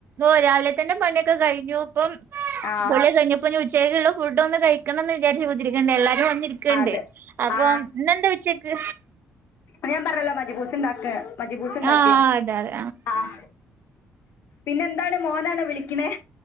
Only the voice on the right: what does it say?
ഓഹ് രാവിലെ തന്നെ പണിയൊക്കെ കഴിഞ്ഞു ഇപ്പം
കുളി കഴിഞ്ഞപ്പോ ഇനി ഉച്ചക്കുള്ള ഫുഡ് ഒന്ന് കഴി ക്കണംന്ന് വിചാരിച്ച് കുത്തിരിക്കണ്ട് എല്ലാരും വന്നിരിക്കണ്ട്
അപ്പൊ
ഇന്നെന്താ ഉച്ചേക്ക്
ആഹ് അതെ അതെ